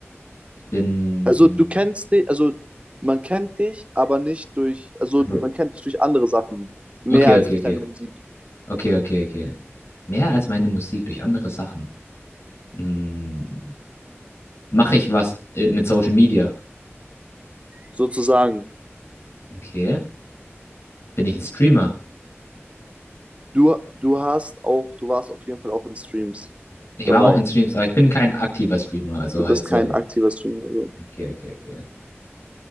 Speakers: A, on the left; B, on the right.
A: bin.
B: Also du kennst dich, also man kennt dich, aber nicht durch, also
A: hm,
B: man kennt dich durch andere Sachen mehr
A: Okay,
B: als
A: okay,
B: durch
A: okay.
B: deine Musik
A: Okay, okay, okay. Mehr als meine Musik durch andere Sachen. Hm, mache ich was äh, mit Social Media?
B: sozusagen.
A: Okay. Bin ich ein Streamer?
B: Du, du hast auch, du warst auf jeden Fall auch in Streams
A: Ich
B: dabei.
A: war auch in Streams, aber ich bin kein aktiver Streamer, also
B: Du
A: halt
B: bist
A: selber.
B: kein aktiver Streamer, also
A: Okay, okay, okay.